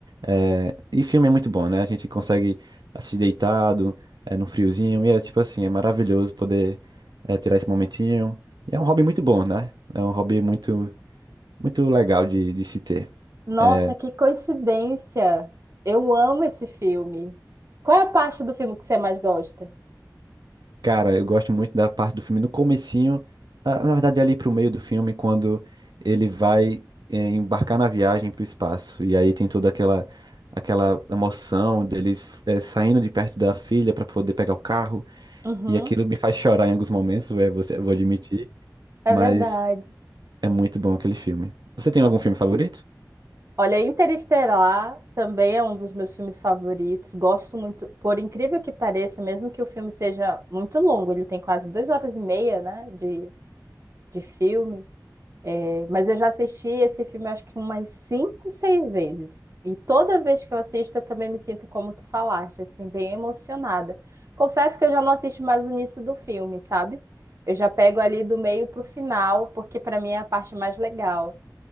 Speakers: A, on the right (about 75°); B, on the right (about 45°).
A: É, e filme é muito bom, né? A gente consegue assistir deitado, é, no friozinho, e é tipo assim, é maravilhoso poder, é, tirar esse momentinho. E é um hobby muito bom, né? É um hobby muito, muito legal de, de se ter.
B: Nossa,
A: É,
B: que coincidência! Eu amo esse filme. Qual é a parte do filme que você mais gosta?
A: Cara, eu gosto muito da parte do filme no comecinho, ah, na verdade ali pro meio do filme, quando ele vai eh, embarcar na viagem pro espaço. E aí tem toda aquela aquela emoção dele eh, saindo de perto da filha para poder pegar o carro.
B: Uhum,
A: E aquilo me faz chorar em alguns momentos, é, você, eu vou admitir,
B: é
A: mas
B: verdade.
A: é muito bom aquele filme. Você tem algum filme favorito?
B: Olha, Interestelar também é um dos meus filmes favoritos. Gosto muito, por incrível que pareça, mesmo que o filme seja muito longo, ele tem quase duas horas e meia, né, de, de filme. É, Mas eu já assisti esse filme acho que umas cinco, seis vezes. E toda vez que eu assisto, eu também me sinto como tu falaste, assim, bem emocionada. Confesso que eu já não assisto mais o início do filme, sabe? Eu já pego ali do meio pro final, porque para mim é a parte mais legal.